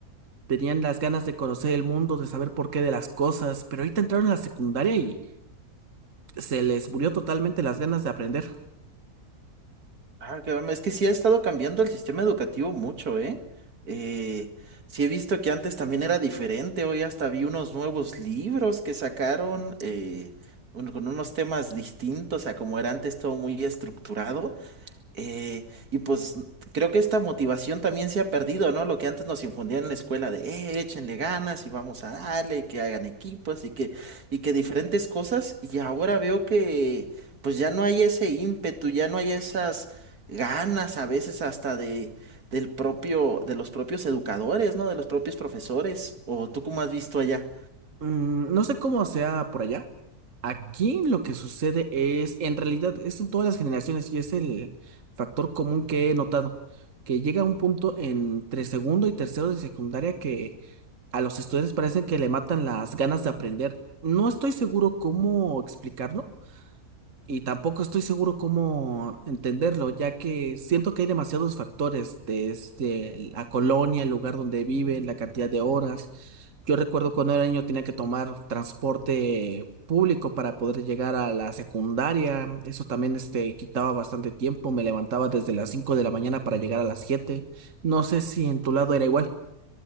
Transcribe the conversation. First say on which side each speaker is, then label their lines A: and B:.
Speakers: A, on the right (about 55°); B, on the right (about 75°).
A: tenían las ganas de conocer el mundo, de saber por qué de las cosas, pero ahorita entraron a la secundaria y se les murió totalmente las ganas de aprender.
B: Ah, que- es que sí ha estado cambiando el sistema educativo mucho, ¿eh? Eh, sí he visto que antes también era diferente. Hoy hasta vi unos nuevos libros que sacaron eh, un- con unos temas distintos a como era antes todo muy estructurado. Eh, y pues creo que esta motivación también se ha perdido, ¿no? Lo que antes nos infundían en la escuela de, eh, échenle ganas y vamos a darle, y que hagan equipos y que, y que diferentes cosas. Y ahora veo que pues ya no hay ese ímpetu, ya no hay esas ganas a veces hasta de, del propio, de los propios educadores, ¿no? De los propios profesores. ¿O tú cómo has visto allá?
A: Mm, no sé cómo sea por allá. Aquí lo que sucede es, en realidad, es en todas las generaciones y es el factor común que he notado, que llega un punto entre segundo y tercero de secundaria que a los estudiantes parecen que le matan las ganas de aprender. No estoy seguro cómo explicarlo, y tampoco estoy seguro cómo entenderlo, ya que siento que hay demasiados factores, desde la colonia, el lugar donde viven, la cantidad de horas. Yo recuerdo cuando era niño tenía que tomar transporte público para poder llegar a la secundaria. Eso también este, quitaba bastante tiempo. Me levantaba desde las 5 de la mañana para llegar a las siete No sé si en tu lado era igual.